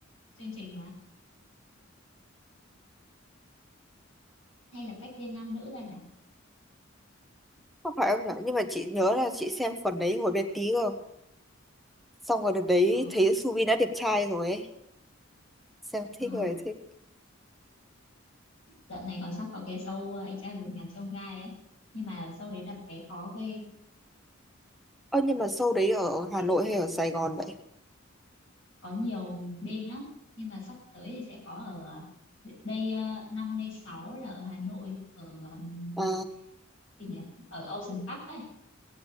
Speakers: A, on the left; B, in the centre.
A: chương trình mà hay là tách riêng nam nữ ra nhỉ
B: không phải em nhở nhưng mà chị nhớ là chị xem phần đấy hồi bé tí cơ xong rồi đợt đấy
A: ờ,
B: thấy Subin đã đẹp trai rồi ấy xem thích
A: ờ
B: rồi thích
A: dạo này còn sắp có cái show ờ, anh trai vượt ngàn chông gai ấy nhưng mà show đấy đặt vé khó ghê
B: ơ nhưng mà show đấy ở Hà
A: Chị
B: Nội hay ở Sài Gòn vậy
A: có nhiều đêm lắm nhưng mà sắp tới thì sẽ có ở đây ờ, năm đây sáu là ở Hà Nội ở ừm,
B: à
A: gì nhỉ ở Ocean Park ấy